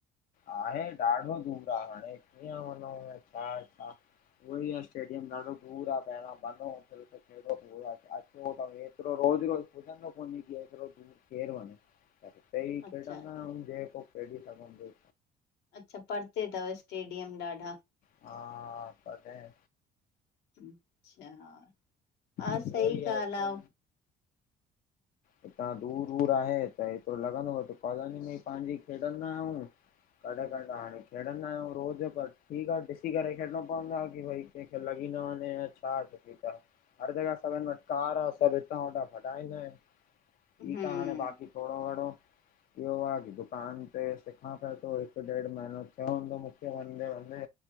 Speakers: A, on the left (about 55°); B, on the left (about 80°).
A: आहे, ॾाढो दूर आ, हाणे कीअं वञऊं यां छा छा वही स्टेडियम ॾाढो दूर आ पहिरियों बंद हुन्दो त ऐॾो दूर अचो त एतिरो रोज़ रोज़ पुॼदो कोने केतरो केर दूर वञे। हिते ई
B: अच्छा
A: खेॾंदा आहियूं जेको खेॾी सघंदो।
B: अच्छा, परते तव स्टेडियम ॾाढा।
A: हा तॾहिं।
B: अच्छा, हा
A: उहा
B: सही
A: ई आहे
B: ॻाल्ह आ।
A: हितां दूर दूर आहे, त एतिरो लॻंदो त कॉलोनी में ई पहिंजी खेॾंदा आहियूं। कॾहिं कॾहिं हाणे खेॾंदा आहियूं रोज़ पर, ठीक आ ॾिसी करे खेॾिणो पवंदो आहे कि भई कंहिंखे लॻी न वञे, या छा ठीक आ। हर जॻह सभिन वटि कार आ, हितों हुतों हटाए करे। ठीक
B: हम्म
A: आ हाणे बाक़ी थोडो घणो इहो आ की दुकान ते सिखां पयो थो, हिकु ॾेढु महीनो थियो हूंदो मुखे। हिते वंदे वंदे,